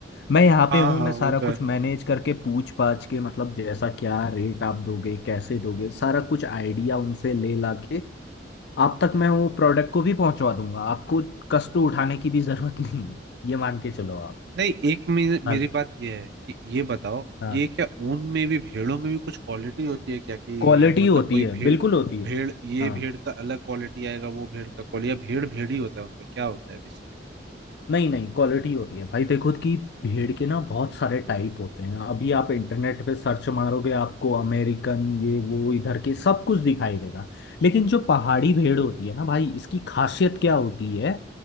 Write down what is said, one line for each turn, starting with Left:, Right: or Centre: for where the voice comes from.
Left: मैं यहाँ
Right: हाँ
Left: पे हूँ
Right: हाँ
Left: मैं सारा
Right: वो तो है
Left: कुछ मैनेज करके पूछ पाछ के मतलब जैसा क्या रेट आप दोगे कैसे दोगे सारा कुछ आइडिया उनसे ले ला के आप तक मैं वो प्रोडक्ट को भी पहुंचवा दूंगा आपको कष्ट उठाने की भी जरूरत नहीं है। ये मान के चलो आप
Right: नहीं एक मे, मेरी
Left: हाल
Right: बात ये है कि ये बताओ
Left: हाँ
Right: ये क्या ऊन में भी भेड़ों में भी कुछ क्वालिटी होती है क्या कि
Left: क्वालिटी
Right: मतलब
Left: होती
Right: कोई
Left: है
Right: भेड़
Left: बिल्कुल होती है
Right: भेड़ ये
Left: हाँ
Right: भेड़ का अलग क्वालिटी आएगा वो भेड़ का क्वालिटी या भेड़ भेड़ ही होता है उनका क्या होता है बेसिकली
Left: नहीं नहीं क्वालिटी होती है भाई देखो कि भेड़ के ना बहुत सारे टाइप होते हैं अभी आप इंटरनेट पे सर्च मारोगे आपको अमेरिकन ये वो इधर के सब कुछ दिखाई देगा लेकिन जो पहाड़ी भेड़ होती है ना भाई इसकी खासियत क्या होती है